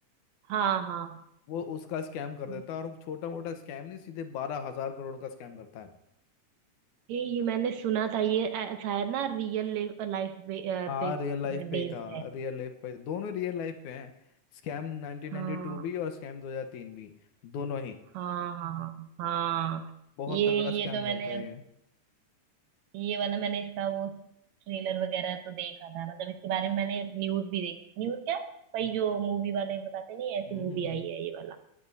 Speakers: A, on the right; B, on the left.
A: हाँ हाँ
B: वो उसका स्कैम कर
A: हम्म।
B: देता है और छोटा मोटा स्कैम नहीं सीधे बारह हजार करोड़ का स्कैम करता है
A: ये ये मैंने सुना था ये अ, शायद ना रियल लाइफ बेस
B: हाँ रियल लाइफ
A: बेस्ड
B: पे ही था
A: है
B: रियल लाइफ पे दोनों रियल लाइफ पे हैं स्कैम 1992
A: हाँ
B: भी और स्कैम 2003 भी दोनों ही
A: हाँ हाँ हाँ
B: बहुत
A: ये
B: तगड़ा स्कैम
A: ये तो मैंने
B: करता है ये
A: ये वाला मैंने इसका वो ट्रेलर वगैरह तो देखा था मतलब इसके बारे में मैंने न्यूज भी देखी न्यूज क्या वही जो मूवी वाले बताते नहीं
B: हम्म
A: ऐसी मूवी
B: हम्म हम्म।
A: आई है ये वाला